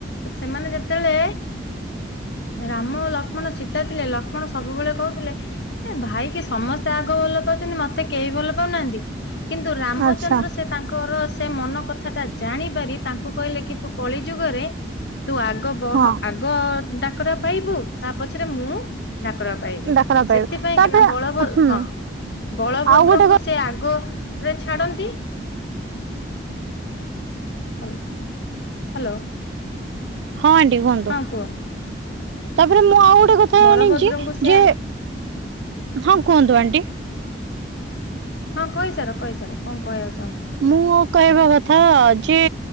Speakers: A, on the left; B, on the right.
A: ସେମାନେ ଯେତେବେଳେ ରାମ ଲକ୍ଷ୍ମଣ ସୀତା ଥିଲେ ଲକ୍ଷ୍ମଣ ସବୁବେଳେ କହୁଥିଲେ ଭାଇକି ସମସ୍ତେ ଆଗ ଭଲ ପାଉଛନ୍ତି ମତେ କେହି ଭଲ ପାଉନାହାନ୍ତି। କିନ୍ତୁ ରାମଚନ୍ଦ୍ର
B: ଆଚ୍ଛା
A: ସେ ତାଙ୍କର ସେ ମନ କଥାଟା ଜାଣି ପାରି ତାଙ୍କୁ କହିଲେ କି ତୁ କଳି ଯୁଗରେ ତୁ ଆଗ ବହ
B: ହଁ
A: ଆଗ ଡାକରା ପାଇବୁ ତା ପଛରେ ମୁଁ ଡାକରା ପାଇବି,
B: ଡାକରା ପାଇବେ
A: ସେଥିପାଇଁକିନା
B: ତାପରେ
A: ବଳଭ
B: ହୁଁ
A: ହଁ ବଳଭଦ୍ରଙ୍କୁ
B: ଆଉ ଗୋଟେ କ
A: ସେ ଆଗ ରେ ଛାଡ଼ନ୍ତି। ହାଲ୍ ହ୍ୟାଲୋ
B: ହଁ ଆଣ୍ଟି କୁହନ୍ତୁ,
A: ହଁ କୁହ।
B: ତାପରେ ମୁଁ ଆଉ ଗୋଟେ କଥା
A: ବଳଭଦ୍ରଙ୍କୁ
B: ଜଣିଛି
A: ସେ
B: ଯେ ହଁ କୁହନ୍ତୁ ଆଣ୍ଟି।
A: ହଁ କହି ସାର କହି ସାର କଣ କହିବାର୍
B: ମୁଁ କହିବା କଥା ଯେ